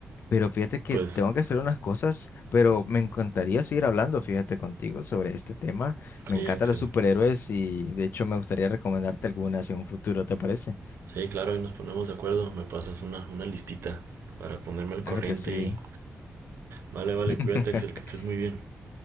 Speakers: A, on the left; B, on the right.
A: pero fíjate que
B: Pues,
A: tengo que hacer unas cosas, pero me encantaría seguir hablando, fíjate, contigo sobre este tema. Me
B: sí,
A: encantan
B: Axel.
A: los superhéroes y de hecho me gustaría recomendarte algunas en un futuro, ¿te parece?
B: Sí, claro, ahí nos ponemos de acuerdo. Me pasas una, una listita para ponerme al
A: Claro
B: corriente
A: que sí.
B: y... Vale, vale,
A: <laughs>
B: cuídate, Axel, que estés muy bien.